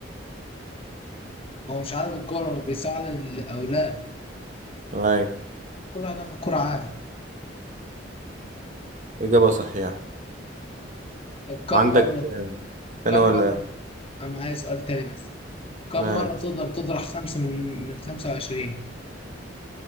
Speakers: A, on the left; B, on the right.
A: هو مش عدد الكرة بيساعد ال- او لا
B: اي
A: كل واحد ياخد كرة عادي
B: إجابة صحيحة
A: طب كم
B: عندك
A: مرة
B: أنا
A: كم
B: ولا
A: مرة
B: إيه؟
A: انا معايا سؤال تاني بس كم
B: ماشي
A: مرة تقدر تطرح خمسة من من خمسة وعشرين